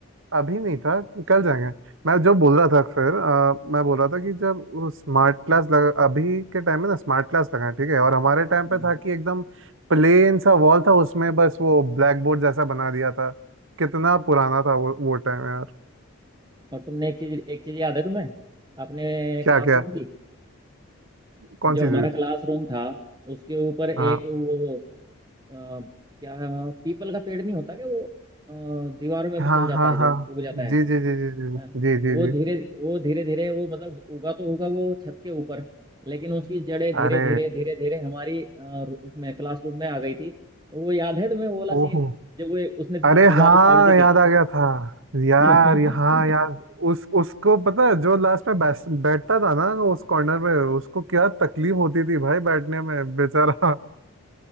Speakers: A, on the right; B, on the right.
A: अभी नहीं था कल जाएंगे मैं जो बोल रहा था फिर अ, मैं बोल रहा था कि जब स्मार्ट क्लास लगा अभी के टाइम में ना स्मार्ट क्लास लगा है, ठीक है और हमारे टाइम
B: हम्म।
A: पे था कि एकदम प्लेन सा वॉल था उसमें बस वो ब्लैक बोर्ड जैसा बना दिया था कितना पुराना था वो वो टाइम यार
B: और तुमने एक चीज एक चीज याद है तुम्हें अपने
A: क्या
B: क्लासरूम
A: क्या
B: की
A: कौन
B: जो
A: सी
B: हमारा
A: चीज
B: क्लासरूम था उसके ऊपर एक
A: हाँ
B: वो अ, क्या पीपल का पेड़ नहीं होता क्या वो अ, दीवारों में
A: हाँ
B: भी चल जाता
A: हाँ
B: है
A: हाँ
B: जो उग जाता
A: जी
B: है
A: जी जी जी जी
B: हाँ,
A: जी जी
B: वो
A: जी
B: धीरे वो धीरे धीरे वो मतलब उगा तो होगा वो छत के ऊपर लेकिन उसकी जड़ें धीरे
A: अरे
B: धीरे धीरे धीरे हमारी अ, उसमें क्लासरूम में आ गई थी वो याद है तुम्हें वो वाला
A: ओहो
B: सीन जब वो उसने
A: अरे
B: दीवारें
A: हाँ
B: फाड़ दी थी
A: याद आ गया था यार
B: <laughs>
A: हाँ यार उस उसको पता है जो लास्ट में बैस- बैठता था ना उस कॉर्नर में उसको क्या तकलीफ होती थी भाई बैठने में बेचारा <laughs>